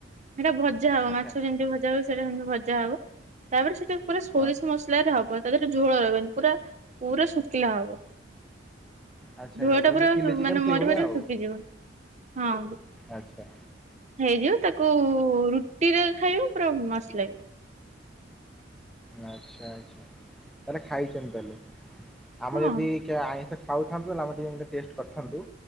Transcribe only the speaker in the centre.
ଆଚ୍ଛା
ହଁ
ଆଚ୍ଛା
ଆଚ୍ଛା ଯେମିତି
ଚିଲି ଚିକେନ
ସେଇଭଳିଆ
ଆଉ
ଆଚ୍ଛା।
ଆଚ୍ଛା ଆଚ୍ଛା ତାହେଲେ ଖାଇଚନ୍ତି ତାହେଲେ? ଆମେ
ଯଦି <unintelligible> ଆଇଁଷ ଖାଉଥାନ୍ତୁ ହେଲେ ଆମେ ଟିକିଏ ଟେଷ୍ଟ କରିଥାନ୍ତୁ।